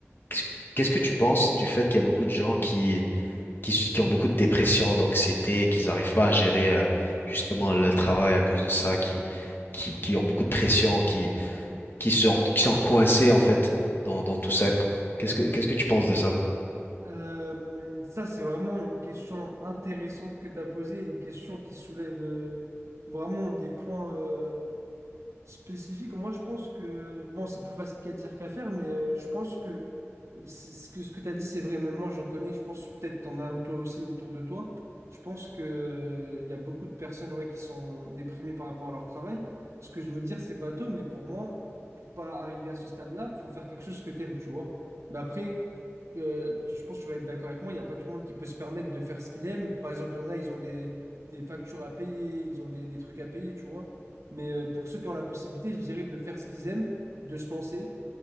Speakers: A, on the left; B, on the right.
A: qu'est-ce qu'est-ce que tu penses du fait qu'il y a beaucoup de gens qui, qui, su- qui ont beaucoup de dépression, d'anxiété, qu'ils n'arrivent pas à gérer euh, justement le travail à cause de ça, qui, qui, qui ont beaucoup de pression, qui se, qui sont coincés en fait dans, dans tout ça. Qu'est-ce que, qu'est-ce que tu penses de ça?
B: Euh, ça, c'est vraiment une question intéressante que tu as posée, une question qui soulève euh, vraiment des points. euh, spécifique, moi je pense que, bon, c'est plus facile qu'à dire qu'à faire, mais euh, je pense que c'est- ce que, ce que tu as dit, c'est vrai, même moi j'en connais, je pense peut-être t'en as toi aussi autour de toi. Je pense que, euh, il y a beaucoup de personnes ouais, qui sont déprimées par rapport à leur travail. Ce que je veux dire, c'est bateau, mais pour moi, pour pas arriver à ce stade-là, faut faire quelque chose que t'aimes, tu vois. Mais après, euh, tu- je pense que tu vas être d'accord avec moi, il n'y a pas tout le monde qui peut se permettre de faire ce qu'il aime. Par exemple, il y en a, ils ont des, des factures à payer, ils ont des, des trucs à payer, tu vois. Mais euh, pour ceux qui ont la possibilité, je dirais de faire ce qu'ils aiment, de se lancer.